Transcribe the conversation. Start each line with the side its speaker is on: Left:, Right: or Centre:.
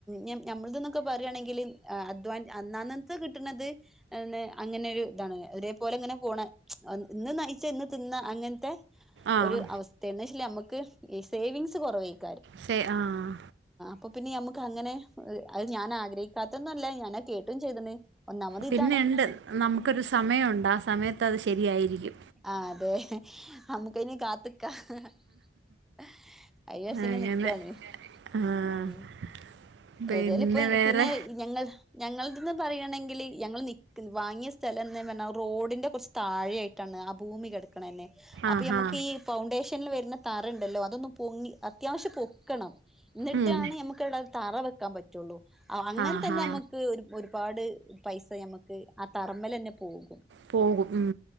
Centre: നന്മ് നമ്മളതന്നൊക്കെ പറയുകയാണെങ്കിൽ അധ്വാ അന്നന്നത്തെ കിട്ടണുന്നത് അങ്ങനെ ഒരു ഇതാണ് ഒരേ പോലെ ഇങ്ങനെ പോണ് ഇന്ന് നയിച്ച ഇന്ന് തിന്ന അങ്ങനത്തെ
Right: ആഹ്
Centre: ഒരു അവസ്ഥയാണ് <unintelligible> ഇത് ഈ സേവിങ്സ് കുറവായിരിക്കും
Right: ശെ ആഹ്
Centre: അപ്പൊ പിന്നെ അമ്മക്ക് അങ്ങനെ അത് ഞാൻ ആഗ്രഹിക്കാത്തൊന്നും അല്ല ഞാനാ കേട്ടും ചെയ്തണ് ഒന്നാമത്
Right: പിന്നെഒണ്ട്
Centre: ഇതാണ്
Right: നമുക്കൊരു സമയമുണ്ട് ആ സമയത്ത് അത് ശരിയായിരിക്കും
Centre: ങാ അതെ നമുക്ക് ഇനി കാത്ത് <unintelligible> ആഴ്ച്ച ഇങ്ങെ
Right: അങ്ങനെ
Centre: നിക്കാണ്
Right: ആഹ്
Centre: ഉം
Right: പിന്നെ
Centre: ഏതായാലും ഇപ്പ
Right: വേറെ
Centre: പിന്നെ ഞങ്ങൾ ഞങ്ങ ന്ന് പറയാണെങ്കിൽ ഞങ്ങൾ നിക്കുന്ന വാങ്ങിയ സ്ഥലം എന്ന് പറഞ്ഞാ റോഡിന്റെ കുറച്ച് താഴെ ആയിട്ടാണ് ഭൂമി കിട ക്കണ തന്നെ അപ്പൊ
Right: ആഹാ
Centre: നമുക്ക് ഈ പൗണ്ടേഷനിൽ വരുന്ന താറുണ്ടല്ലോ അതൊന്ന് പൊങ്ങി അത്യാവശ്യം പൊക്കണം എന്നിട്ടാണ്
Right: ഉം
Centre: നമുക്ക് അവിടെ തറ വെ വെയ്ക്കാൻ പറ്റുള്ളൂ അങ്ങൻതന്നെ
Right: ആഹാ
Centre: നമുക്ക് ഒരു ഒരുപാട് പൈസ ഞമുക്ക് ആ തറമ്മലെന്നെ പോവും
Right: പോകും ഉം